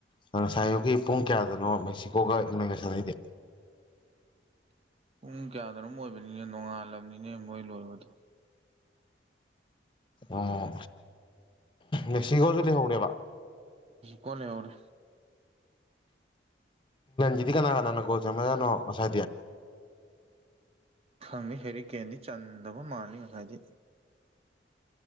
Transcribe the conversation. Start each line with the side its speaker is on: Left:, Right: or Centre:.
Left: ꯑꯗꯨ ꯉ ꯁꯥꯏꯌꯨꯒꯤ ꯄꯨꯡ ꯀꯌꯥꯗꯅꯣ ꯃꯦꯛꯁꯤꯀꯣꯒ ꯌꯅꯒꯁꯥꯟꯅꯩꯗꯦ
Right: ꯄꯨꯡ ꯀꯌꯥꯗꯔꯣꯝ ꯑꯣꯏꯕꯅꯤꯅꯦ ꯅꯣꯡꯉꯥꯜꯂꯕꯅꯤꯅꯦ ꯃꯣꯏ ꯂꯣꯏꯕꯗꯣ
Left: ꯑꯣ ꯅꯦꯛꯁꯤꯒꯥꯎꯁꯤ ꯂꯩꯍꯧꯔꯦꯕ
Right: ꯀꯣꯅꯦꯔ
Left: ꯏꯤꯗꯤ ꯀꯥꯟꯅꯥ ꯀ ꯅꯅ ꯀꯣꯁꯦ ꯃꯖꯥ ꯅꯣ ꯑꯁ
Right: ꯈꯪꯅꯤ ꯍꯦꯔꯤ ꯀꯦꯟꯗꯤ ꯆꯟꯗꯕ ꯃꯥꯅꯤ ꯍꯥꯏꯗꯤ